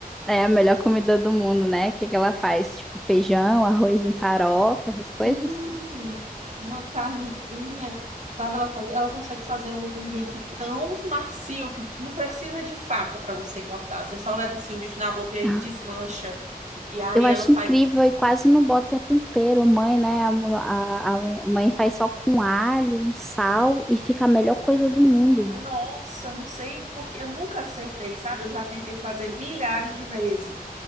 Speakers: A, in the centre; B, on the right.
A: É a melhor comida do mundo, né? O que que ela faz? Tipo, feijão, arroz em farofa, essas
B: Sim,
A: coisas?
B: uma carnezinha, sabe? Ela faz, ela consegue fazer um, um bife tão macio que não precisa de faca para você cortar. Você só leva assim o bife na boca e ele
A: É.
B: desmancha. E aí
A: Eu acho
B: ela faz.
A: incrível e quase não bota tempero. Mãe, né? A, a- a mãe faz só com alho, um sal e fica a melhor coisa do mundo.
B: Nossa, eu não sei porque eu nunca acertei, sabe? Eu já tentei fazer milhares de vezes.